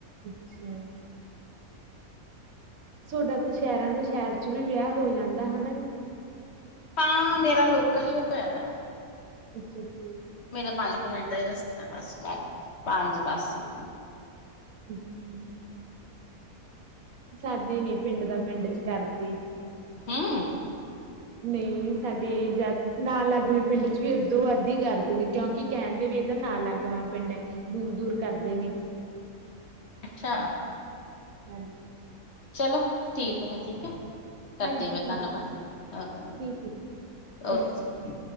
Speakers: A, on the right; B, on the left.
A: ਅੱਛਾ <inaudible> ਤੁਹਾਡਾ ਤਾਂ ਸ਼ਹਿਰਾਂ ਦੇ ਸ਼ਹਿਰ ਚ ਵੀ ਵਿਆਹ ਹੋ ਜਾਂਦਾ ਹਨਾ ਜੀ।
B: ਹਾਂ ਮੇਰਾ ਲੋਕਲ ਹੀ ਹੋਇਆ ਐ।
A: ਅੱਛਾ ਜੀ <inaudible>
B: ਮੇਰਾ ਪੰਜ ਕੁ ਮਿੰਟ ਦਾ ਹੀ ਰਸਤਾ ਬਸ। ਪੰਜ ਦਸ ਦਾ।
A: ਅੱਛਾ <inaudible> ਸਾਡੇ ਨੀ ਪਿੰਡ ਦਾ ਪਿੰਡ ਚ ਕਰਦੇ।
B: ਹੈਂ!
A: ਨਹੀਂ ਸਾਡੇ ਜਦ ਨਾਲ ਲਗਮੀ ਪਿੰਡ ਚ ਵੀ ਅੱਧੋਂ ਵੱਧ ਹੀ ਕਰਦੇ ਨੇ ਕਿਉਂਕਿ ਕਹਿਣ। ਦੇ ਵੀ ਇਹ ਤਾਂ ਨਾਲ ਲੱਗ ਆ ਪਿੰਡ ਹੈ ਦੂਰ ਦੂਰ ਕਰਦੇ ਨੇ।
B: ਅੱਛਾ।
A: ਹਾਂਜੀ
B: ਚਲੋ ਠੀਕ ਆ ਫੇਰ ਠੀਕ ਆ। ਕਰਦੇ
A: ਹਾਂਜੀ
B: ਫਿਰ
A: ਠੀਕ
B: ਧੰਨਵਾਦ
A: ਹੈ
B: ਓ
A: ਠੀਕ ਹੈ ਠੀਕ
B: ਓਕੇ ਜੀ।
A: ਹੈ